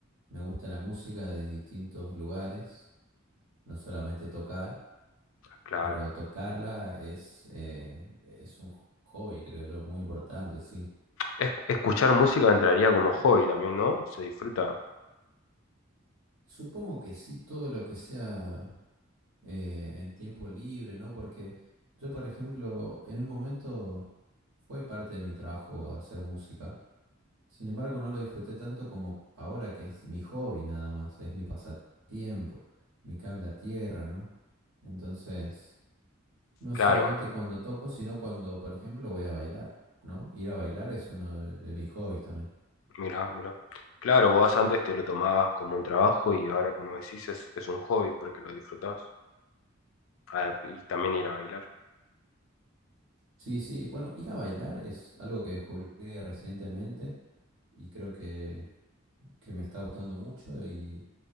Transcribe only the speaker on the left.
claro.
Es- escuchar música entraría como hobby también, ¿no? Se disfruta,
claro.
Mira, mira. Claro, vos antes te lo tomabas como un trabajo y ahora, como decís, es, es un hobby porque lo disfrutás. Ah, y también ir a bailar.